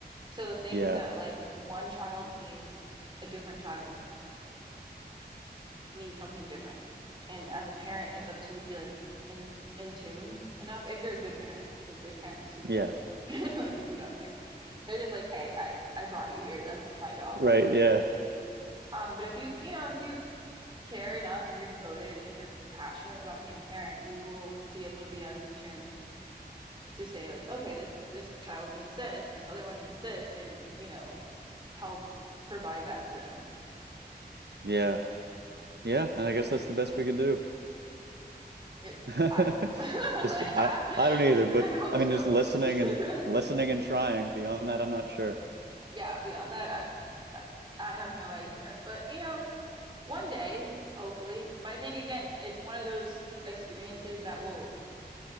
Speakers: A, on the right; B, on the right.
A: so the things
B: yeah,
A: that like one child needs a different child need something different. And as a parent, it's up to you to be like in in tuned enough if you're a good parent, because there's parents who
B: yeah,
A: don't care, <laughs> like who don't care. They're just like, hey, I I brought you here. That's my job.
B: right. Yeah,
A: Um, but if you you know if you care enough and you're devoted and you're passionate about being a parent, you will be able to be as in tuned to say like, okay, this this child needs this and this other one needs this, and you know, help provide that to them
B: yeah, yeah. And I guess that's the best we could do.
A: It,
B: <laughs>
A: I don't know. <laughs> Like
B: Just,
A: I,
B: I, I don't either. But
A: I hope
B: I
A: so.
B: mean, just listening
A: <laughs>
B: and listening and trying. Beyond that, I'm not sure.
A: Yeah, beyond that, I I have no idea. But you know, one day, hopefully. But I think again, it's one of those experiences that will